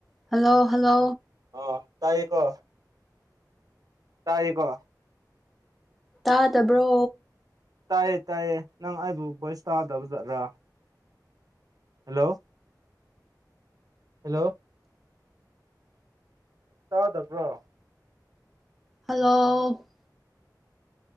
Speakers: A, in the centre; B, on the right (about 55°).
A: Hello hello.
B: ꯑꯣ ꯇꯥꯏꯌꯦꯀꯣ꯫ ꯇꯥꯥꯏꯌꯦꯀꯣ꯫
A: ꯇꯥꯗꯕ꯭ꯔꯣ꯫
B: ꯇꯥꯏꯌꯦ ꯇꯥꯏꯌꯦ ꯅꯪ ꯑꯩꯕꯨ ꯕꯣꯏꯁ ꯇꯥꯗꯕ ꯖꯥꯠꯂ꯫ ꯍꯜꯂꯣ꯫ ꯍꯜꯂꯣ꯫ ꯇꯥꯗꯕ꯭ꯔꯣ꯫
A: ꯍꯜꯂꯣ꯫